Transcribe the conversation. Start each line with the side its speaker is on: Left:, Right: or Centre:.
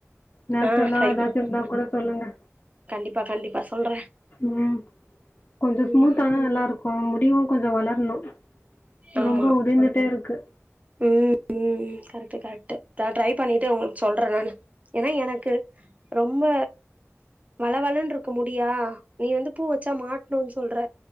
Left: நேச்சரலா
Right: ஆ ட்ரை
Left: ஏதாச்சும்
Right: பண்ணி பாக்குறே
Left: இருந்தா கூட சொல்லுங்க
Right: கண்டிப்பா கண்டிப்பா சொல்றே
Left: உம் கொஞ்சம்
Right: ம்
Left: ஸ்மூத்தான நல்லா இருக்கும் முடியும் கொஞ்சம் வளரணும்
Right: ஆமா
Left: ரொம்ப உதிர்ந்துட்டே இருக்கு.
Right: உம் உம் கரெக்ட் கரெக்ட் ட்ரை பண்ணிட்டு உ சொல்றேன் நான் ஏன்னா எனக்கு ரொம்ப வளவளன்ன இருக்க முடியா நீ வந்து பூ வச்சா மாட்டும்னு சொல்ற